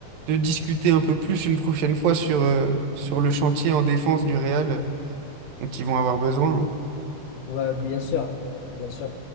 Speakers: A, on the right; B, on the left.
A: de discuter un peu plus une prochaine fois sur, euh, sur le chantier en défense du Real euh, dont ils vont avoir besoin. hein.
B: Ouais, bien sûr, bien sûr.